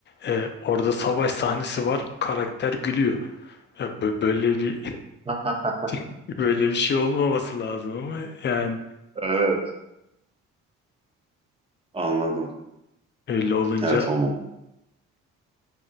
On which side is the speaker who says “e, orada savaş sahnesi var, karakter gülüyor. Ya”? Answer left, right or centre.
Left